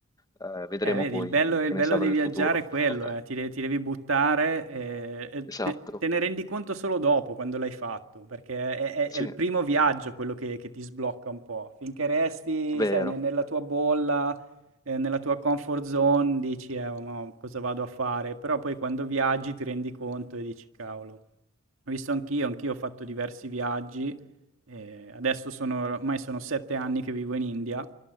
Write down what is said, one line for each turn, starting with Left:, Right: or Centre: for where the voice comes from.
Left: Eh, vedremo
Right: Eh vedi
Left: poi
Right: il bello il
Left: che
Right: bello
Left: ne sarà
Right: di
Left: del
Right: viaggiare
Left: futuro.
Right: è quello,
Left: <laughs>
Right: eh, ti de ti devi buttare, ehm, e
Left: Esatto,
Right: te te ne rendi conto solo dopo quando l'hai fatto, perché è è
Left: sì,
Right: è il primo viaggio quello che che ti sblocca un po'. Finché resti,
Left: vero.
Right: sai, ne nella tua bolla, ehm, nella tua comfort zone dici: "Eh, ma cosa vado a fare?" Però poi quando viaggi ti rendi conto e dici: "Cavolo". Ho visto anch'io, anch'io ho fatto diversi viaggi, ehm, adesso sono ormai sono 7 anni che vivo in India,